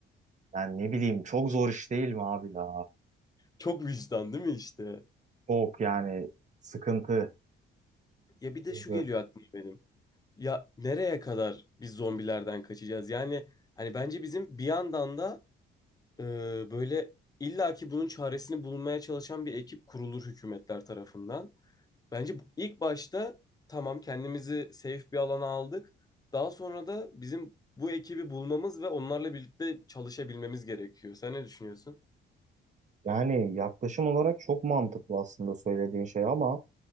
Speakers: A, on the right (about 35°); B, on the left (about 20°).
A: yani ne bileyim çok zor iş değil mi abi ya?
B: Çok vicdan değil mi işte?
A: Çok yani sıkıntı.
B: Ya bir de
A: sıkıntı.
B: şu geliyor aklıma benim. Ya nereye kadar biz zombilerden kaçacağız? Yani hani bence bizim bir yandan da e, böyle illaki bunun çaresini bulmaya çalışan bir ekip kurulur hükümetler tarafından. Bence bu- ilk başta tamam kendimizi safe bir alana aldık. Daha sonra da bizim bu ekibi bulmamız ve onlarla birlikte çalışabilmemiz gerekiyor. Sen ne düşünüyorsun?
A: Yani yaklaşım olarak çok mantıklı aslında söylediğin şey ama